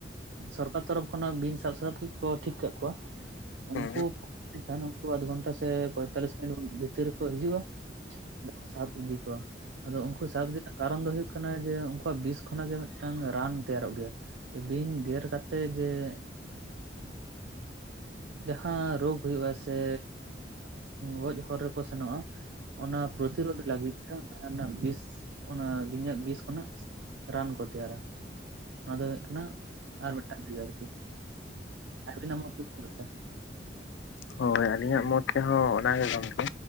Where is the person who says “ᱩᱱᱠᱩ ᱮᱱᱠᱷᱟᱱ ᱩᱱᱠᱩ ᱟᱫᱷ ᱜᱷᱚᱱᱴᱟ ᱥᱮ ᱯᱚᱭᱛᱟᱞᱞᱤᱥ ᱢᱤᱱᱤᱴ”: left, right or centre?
Right